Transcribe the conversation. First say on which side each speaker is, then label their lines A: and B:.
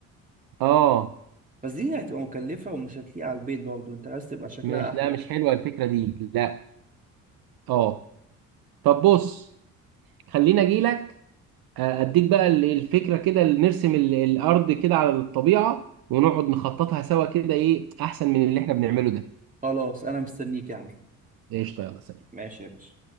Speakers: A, on the right; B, on the right.
A: اه
B: بس دي هتبقى مكلفة ومش هتليق على البيت برضه انت عايز تبقى شكلها
A: مش
B: أحلى
A: لا مش حلوه الفكره دي لا اه طب بص خليني اجي لك آه، اديك بقى ال- الفكره كده اللي نرسم ال- الارض كده على الطبيعه ونقعد نخططها سوا كده ايه احسن من اللي احنا بنعمله ده
B: خلاص أنا مستنيك يا عم
A: قشطه يلا سلام
B: ماشي يا باشا